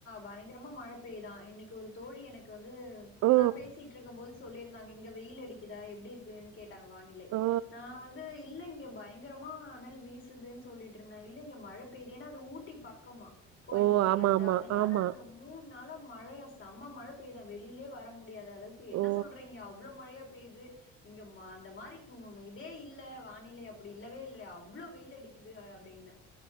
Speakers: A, on the left (about 45°); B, on the right (about 60°).
A: பயங்கரமா மழ பெய்யுதா இன்னைக்கு ஒரு தோழி எனக் க்கு வந்து
B: ஓ
A: சோ பேசிட்டு இருக்கு போது சொல்லியிருந்தாங்க இங்க வெய்யில் அடிக்குதா எப்டி இருக்குன்னு கேட்டாங்க வானிலை
B: ஓ ஓ
A: நா வந்து இல்ல இங்க பயங்கரமா அனல் வீசுதுன் சொல்லிட்டுருந்தே இல்ல இங்க மழ பெய்து ஏன்னா அது ஊட்டி பக்கமா கோயம்புத்தூர்லந்து
B: ஓ ஆமா ஆமா
A: அதனால
B: ஆமா
A: அங்க மூண் நாளா மழையா செம்ம மழ பெய்தா வெளிலே வர முடியா அந்தளவுக்கு என்ன
B: ஓ
A: சொல்றீங்க அவ்ளோ மழையா பெய்து இங்க ம அந்த மாரி ம் இதே இல்ல வானிலை அ ப்படி இல்லவே இல்லையா அவ்ளோ வெயில் அடிக்குது அ அப்டின